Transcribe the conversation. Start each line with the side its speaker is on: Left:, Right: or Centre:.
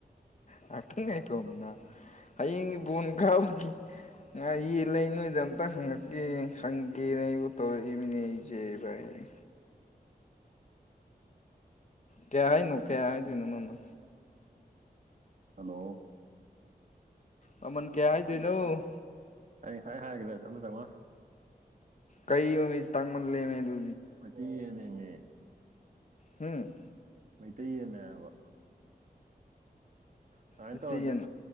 Left: ꯉꯥꯛꯇꯪ ꯉꯥꯏꯈ‌ꯣ ꯃꯤꯅ ꯍꯌꯦꯡꯒꯤ ꯕꯣꯟ ꯀꯥꯎꯕꯈꯤ ꯉꯥ ꯌꯦ ꯂꯩ ꯅꯣꯏꯗ ꯑꯝꯇ ꯍꯪꯉꯛꯀ ꯒꯤ ꯍꯪ ꯒꯤꯅ ꯀꯠꯇ ꯏ ꯃꯤꯅꯦꯗꯥꯏ ꯊꯀꯦꯍ ꯍꯥꯏ ꯅꯣꯡꯈꯩꯍ ꯍꯥꯏ ꯆꯩꯅꯣ ꯃ
Right: ꯍꯜꯂꯣ
Left: ꯃꯃꯜ ꯀꯌꯥ ꯍꯥꯏꯗꯣꯏꯅꯣ
Right: ꯑꯩ ꯉꯥꯏ ꯍꯥꯏꯒꯗꯃ
Left: ꯀꯩ ꯑꯣꯏ ꯃꯤ ꯇꯪꯕꯗ ꯂꯩꯦꯝꯃꯦ ꯑꯗꯨ
Right: ꯃꯊꯅꯅꯦ
Left: ꯎꯝ
Right: ꯃꯩꯇꯩꯅꯦꯕ ꯁꯨꯃꯥꯏꯅ
Left: ꯃꯩꯇꯩ
Right: ꯇꯧꯔꯁꯦ
Left: ꯌꯦꯟ